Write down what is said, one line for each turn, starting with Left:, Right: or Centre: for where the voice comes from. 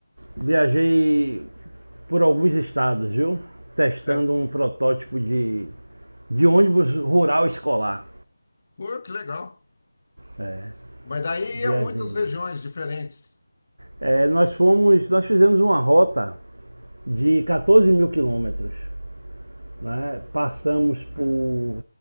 Right: viajei por alguns estados, viu? Testando
Left: É.
Right: um protótipo de, de ônibus rural escolar.
Left: Pô, que legal.
Right: É,
Left: Mas daí ia
Right: viajei.
Left: muitas regiões diferentes.
Right: É, nós fomos, nós fizemos uma rota de 14 mil quilômetros, né? Passamos por,